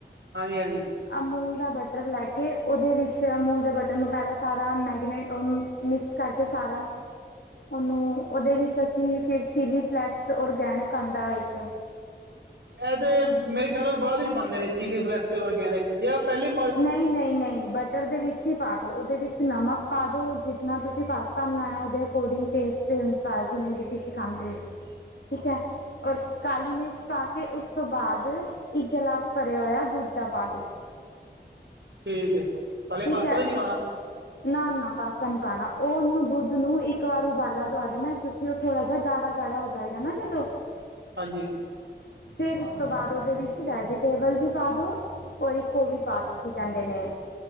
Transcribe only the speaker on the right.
ਹਾਂਜੀ-ਹਾਂਜੀ।
ਐਦੇ ਮੇਰੇ ਖਿਆਲ ਨਾਲ ਬਾਦ ਵਿੱਚ ਪਾਦੇ ਨੇ ਚਿੱਲੀ ਫਲੈਕਸ ਤੇ ਔਰਗਨ ਜਾਂ ਪੈਲੀ
ਠੀਕ ਹੈ, ਪਹਲੇ
ਪਾਸਤਾ
ਤਾਂ ਨਹੀਂ ਪਾਉਣਾ?
ਹਾਂਜੀ।